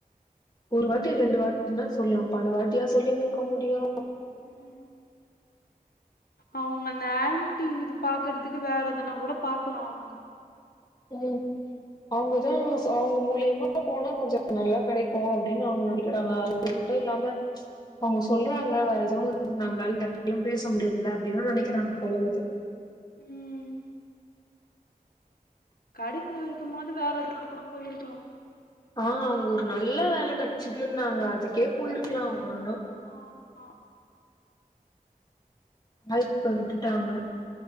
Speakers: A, on the left (about 25°); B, on the left (about 85°).
A: ஒரு வாட்டி ரெண்டு வாட்டின சொல்லா பல வாட்டியா சொல்லின் இருக்க முடியு
B: ம் அவுங்க அந்த ஆண்டி இது பாக்குறதுக்கு வேற எதனா கூட பாக்கலா அவுங்க
A: ம் அவுங்கதா சொ அவுங்க மூலியமா போனா கொஞ்சோ நல்லா கெடைக்கு அப்டின்னு அவுங்க நெனைக்கிறாங்க இது மட்டு இல்லாம அவுங்க சொல்றாங்க வேற ஏதோ நம்ளால எல்லார்டையு பேச முடியாதுல்ல அப்டின்னா நெனைக்கிறாங்க போல இக்குது
B: ம் கெடைக்குன வரைக்குமாது வேற எதனா கூட போயிருக்லா
A: ஆ அங்க ஒரு நல்ல வேல கெச்சுதுன்னாங்க அதுக்கே போயிருக்லா அவுங்க ஆன
B: ஆமா
A: <unintelligible> விட்டுட்டாங்க